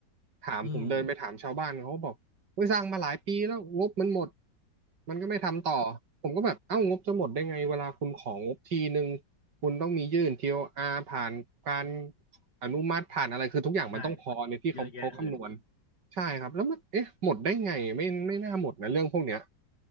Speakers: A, on the right; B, on the left.
A: ถามผมเดินไปถามชาวบ้านเขาบอกว่าสร้างมาหลายปีแล้วงบมันหมด
B: อืม
A: มันก็ไม่ทำต่อผมก็แบบเอ้างบจะหมดได้ไงเวลาคุณของงบทีนึงคุณต้องมียื่นทีโออาร์ผ่านการอนุมัติผ่านอะไรคือทุกอย่างมันต้องพอในที่เขาเขาคำนวณ
B: ใช่เยอะแยะเลย
A: ใช่ครับแล้วมันเอ๊ะหมดได้ไงไม่ไม่น่าหมดนะเรื่องพวกเนี้ย